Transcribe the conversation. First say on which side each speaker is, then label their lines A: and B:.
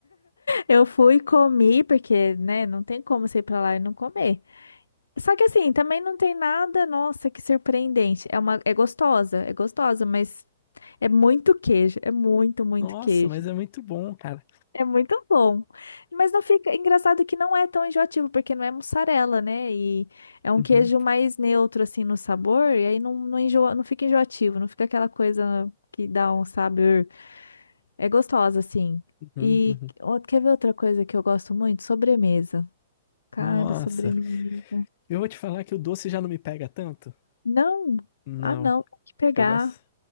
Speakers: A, on the left; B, on the left.
A: Eu fui, comi, porque, né, não tem como você ir pra lá e não comer. Só que assim, também não tem nada, nossa, que surpreendente. É uma, é gostosa, é gostosa, mas é muito queijo, é muito, muito
B: Nossa,
A: queijo.
B: mas é muito bom, cara.
A: É muito bom. Mas não fica. Engraçado que não é tão enjoativo, porque não é mussarela, né? E é um
B: Uhum,
A: queijo mais neutro, assim, no sabor. E aí não, não enjoa, não fica enjoativo, não fica aquela coisa que dá um sabor. É gostosa, assim.
B: uhum,
A: E
B: uhum.
A: ó, quer ver outra coisa que eu gosto muito? Sobremesa. Cara,
B: Nossa,
A: sobremesa.
B: eu vou te falar que o doce já não me pega tanto.
A: Não.
B: Não,
A: Ah, não. Tem que pegar.
B: eu gosto.